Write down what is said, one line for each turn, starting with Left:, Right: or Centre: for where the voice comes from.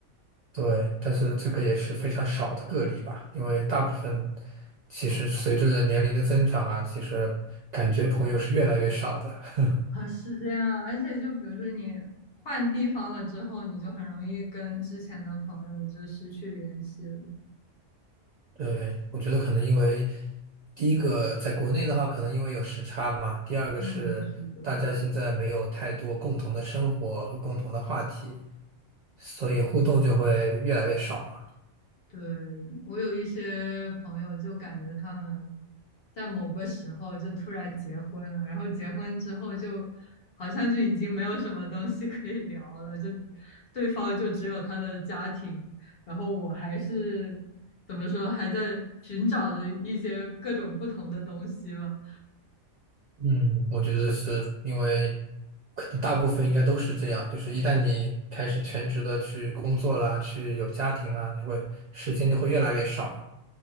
Right: 对，但是这个也是非常少的个例吧，因为大部分
Left: 是的，
Right: 其实随着年龄的增长啊，其实感觉朋友是越来越少的。<laughs>
Left: 啊，是这样。而且就比如说你换地方了之后，你就很容易跟之前的朋友就失去联系了。
Right: 对，我觉得可能因为第一个在国内的话，可能因为有时差嘛；第二个是大家现在没有太多共同的生活和共同的话题，
Left: 嗯，是的。
Right: 所以互动就会越来越少嘛。
Left: 对，我有一些朋友就感觉他们在某个时候就突然结婚了，然后结婚之后就好像就已经没有什么东西可以聊了，就对方就只有他的家庭，然后我还是怎么说，还在寻找着一些各种不同的东西吧。
Right: 嗯，我觉得是因为可能大部分应该都是这样，就是一旦你开始全职的去工作啦，去有家庭啦，就会时间就会越来越少，